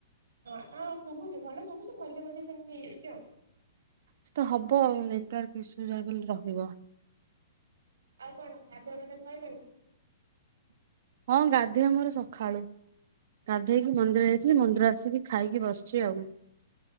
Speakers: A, on the right (about 85°); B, on the right (about 60°).
A: ହଁ ହଁ ଶୁଭୁଛି ଭଲ ଶୁଭୁଛି ମଝିରେ ମଝିରେ ସେମିତି ହେଇଯାଉଛି ଆଉ।
B: ସେ ତ ହବ ଆଉ ନେଟୱାର୍କ ଇସୁ ଯାହା ହେଲେ ବୋଲି ରହିବ।
A: ଆଉ କଣ ଗାଧୁଆ ପାଧୁଆ ସାଇଲାଣି?
B: ହଁ ଗାଧେଇଆ ମୋର ସକାଳୁ। ଗାଧେଇକି ମନ୍ଦିର ଯାଇଥିଲି ମନ୍ଦିର ଆସିକି ଖାଇକି ବସିଛି ଆଉ।